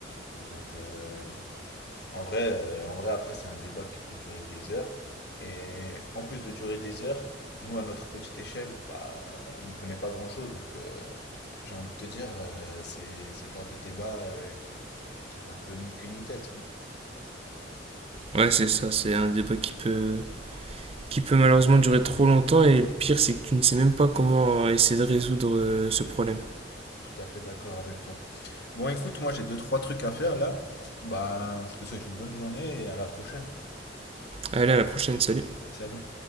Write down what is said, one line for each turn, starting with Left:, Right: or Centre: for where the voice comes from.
Left: Donc, euh, En vrai, euh, en vrai, après, c'est un débat qui peut durer des heures. Et en plus de durer des heures, nous, à notre petite échelle, bah, on n'y connaît pas grand-chose. Donc, euh, j'ai envie de te dire, euh, c'est, c'est le genre de débat euh, qui, qui, qui a un peu ni queue ni tête. hein.
Right: Ouais, c'est ça, c'est un débat qui peut qui peut malheureusement durer trop longtemps et le pire c'est que tu ne sais même pas comment essayer de résoudre euh, ce problème.
Left: Tout à fait d'accord avec toi. Bon, écoute, moi, j'ai deux, trois trucs à faire là. Bah, je te souhaite une bonne journée et à la prochaine.
Right: Allez, à la prochaine, salut.
Left: Salut.